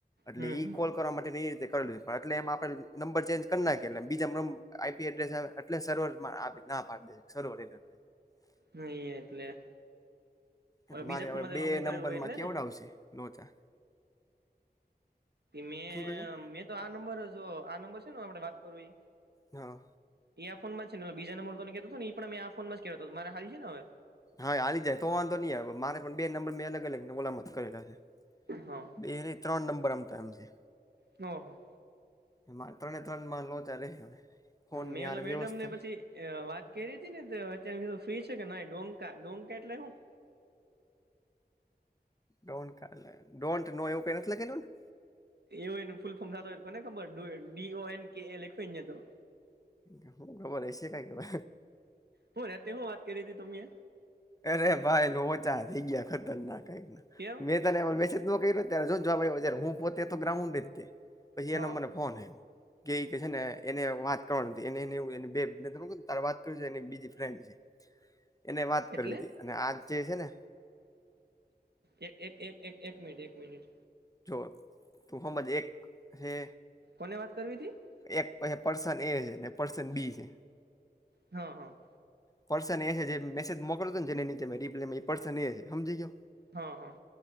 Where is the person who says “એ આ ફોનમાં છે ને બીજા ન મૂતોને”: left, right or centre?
Right